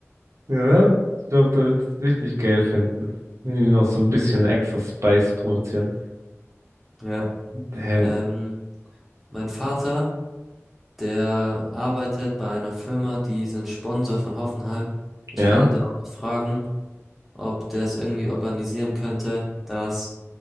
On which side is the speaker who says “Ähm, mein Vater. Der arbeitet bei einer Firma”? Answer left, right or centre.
Centre